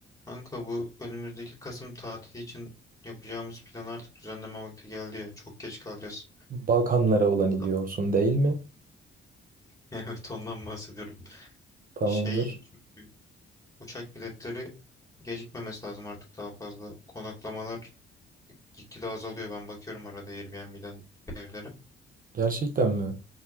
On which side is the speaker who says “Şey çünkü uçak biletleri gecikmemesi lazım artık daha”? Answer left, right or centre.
Left